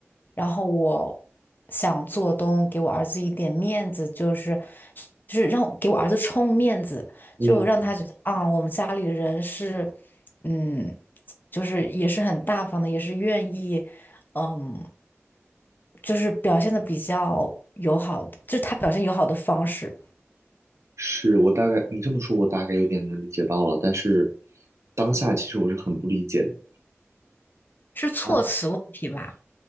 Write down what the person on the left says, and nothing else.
然后我想做东给我儿子一点面子，就是就是让给我儿子充面子，
就让他觉得啊，我们家里的人是，嗯，就是也是很大方的，也是愿意，嗯，就是表现的比较友好，就是他表现友好的方式
是措辞问题吧。